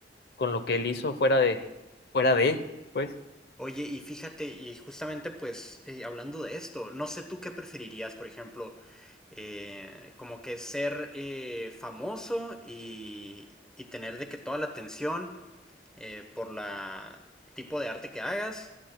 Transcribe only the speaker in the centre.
Oye, y fíjate, y justamente pues eh, hablando de esto, no sé tú qué preferirías, por ejemplo, eh, como que ser eh, famoso y, y tener de que toda la atención eh, por la tipo de arte que hagas,